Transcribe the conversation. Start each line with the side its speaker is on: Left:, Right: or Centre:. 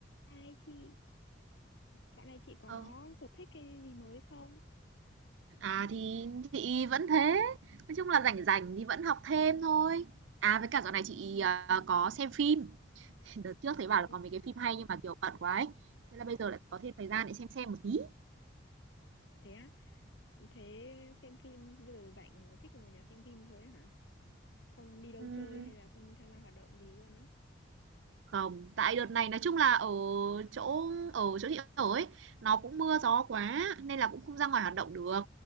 Left: Hai chị, dạo này chị có
Right: Ờ,
Left: sở thích cái gì mới không?
Right: à, thì chị vẫn thế, nói chung là rảnh rảnh thì vẫn học thêm thôi. À, với cả dạo này chị, ờ, có xem phim, <laughs> đợt trước thấy bảo là
Left: Ồ,
Right: có mấy cái phim hay nhưng mà, kiểu, bận quá ấy, thế là bây giờ lại có thêm thời gian để xem xem một tí.
Left: Thế á, thế xem phim bây giờ rảnh thích ngồi nhà xem phim thôi á hả? Không đi đâu
Right: Ừm,
Left: chơi hay là không tham gia hoạt động gì luôn á?
Right: không, tại đợt này nói chung là ở chỗ ở chỗ chị ở ấy, nó cũng mưa gió quá nên là cũng không ra ngoài hoạt động được.